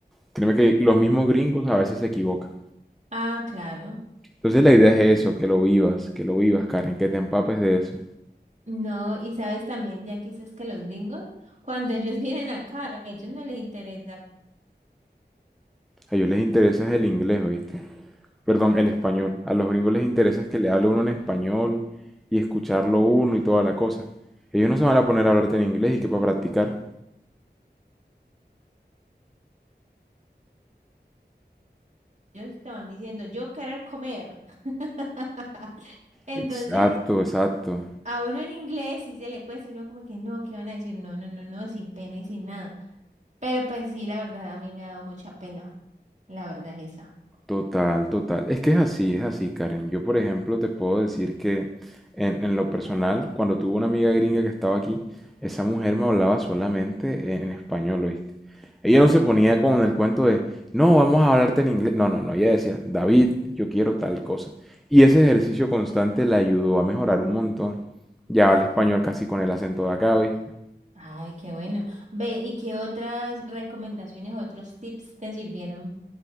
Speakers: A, in the centre; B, on the right.
A: Créeme que los mismos gringos a veces se equivocan.
B: Ah, claro.
A: Entonces la idea es
B: Sí.
A: eso, que lo vivas, que lo vivas, Karen, que te empapes de eso.
B: No, y sabes también, ya que dices que los gringos, cuando ellos <laughs> vienen acá, a ellos no les interesa
A: A ellos les interesa es el inglés, ¿oíste? Perdón, el español. A los gringos les interesa es que le hable uno en español y escucharlo uno y toda la cosa. Ellos no se van a poner a hablarte en inglés y que para practicar.
B: Ellos te van diciendo, yo querer comer. <laughs> Entonces,
A: Exacto, exacto.
B: a uno en inglés sí se le cuesta, uno como que no, ¿qué van a decir? No, no, no, no, sin pena y sin nada. Pero pues sí, la verdad, a mí me ha dado mucha pena. La verdad es esa.
A: Total, total. Es que es así, es así, Karen. Yo, por ejemplo, te puedo decir que en, en lo personal, cuando tuve una amiga gringa que estaba aquí, esa mujer me hablaba solamente en, en español, ¿oíste? Ella no se ponía con el cuento de, no, vamos a hablarte en inglés. No, no, no. Ella decía, David, yo quiero tal cosa. Y ese ejercicio constante la ayudó a mejorar un montón. Ya habla español casi con el acento de acá, ¿oíste?
B: Ay, qué bueno. Ve, ¿y qué otras recomendaciones, otros tips te sirvieron